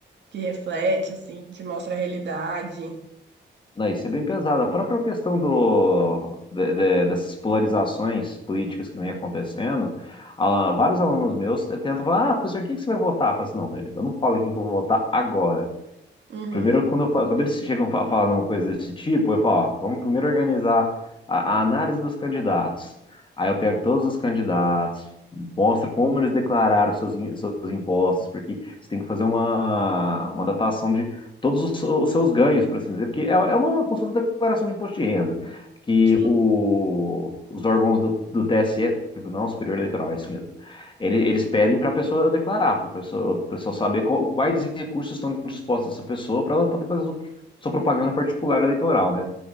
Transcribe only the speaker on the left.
Não, isso é bem pesado. A própria questão do, de- de- dessas polarizações políticas que vem acontecendo, ah, vários alunos meus tentam falar, ah, professor, em quem que você vai votar? Eu falo assim, não, eu não falo em quem que eu vou votar agora.
Primeiro, quando, eu falo, quando eles chegam a falar uma coisa desse tipo, eu falo, ó, vamos primeiro organizar a, a análise dos candidatos. Aí eu pego todos os candidatos, mostro como eles declararam seus, in- seus impostos, porque você tem que fazer uma, uma datação de todos os, os seus ganhos, por assim dizer, porque é, é uma consulta de declaração de imposto de renda, que
o, os órgãos do, do TSE, Tribunal Superior Eleitoral, é isso mesmo, ele- Eles pedem para a pessoa declarar, para a pessoa, pessoa saber qual- quais recursos estão dispostos a essa pessoa para ela poder fazer sua, sua propaganda particular eleitoral, né?